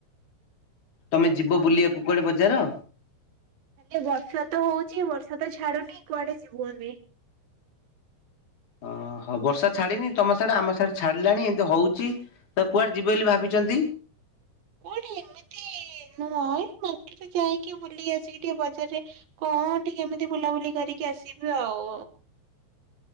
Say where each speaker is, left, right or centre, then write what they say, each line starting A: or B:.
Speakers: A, on the left; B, on the right.
A: ତମେ ଯିବ ବୁଲିବାକୁ କୁଆଡେ ବଜାର?
B: ଏ ବର୍ଷା ତ ହଉଚି ବର୍ଷା ତ ଛାଡୁନି କୁଆଡେ ଯିବୁ ଆମେ
A: ଅ ହ ବର୍ଷା ଛାଡିନି ତମ ସିଆଡେ ଆମ ସିଆଡେ ଛାଡିଲାଣି ଏଇଁତି ହଉଚି - ତ କୁଆଡେ ଯିବେ ବୋଲି ଭାବିଚନ୍ତି?
B: କୋଉଠି ଏମିତି ନୁହ ମାର୍କେଟରେ ଯାଇକି ବୁଲି ଆସିକି ଟିକେ ବଜାରେ କଣ ଟିକେ ଏମିତି ବୁଲାବୁଲି କରିକି ଆସିବି ଆଉ